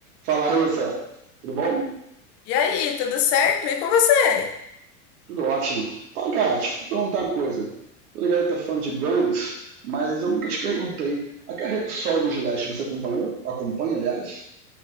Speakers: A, on the right; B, on the left.
A: Fala, Raíssa. Tudo bom?
B: E aí, tudo certo? E com você?
A: Tudo ótimo. Fala, cara, deixa eu te perguntar uma coisa. Tô ligado que tá fã de Guns, mas eu nunca te perguntei. A carreira solo do Slash, você acompanhou? Acompanha, aliás?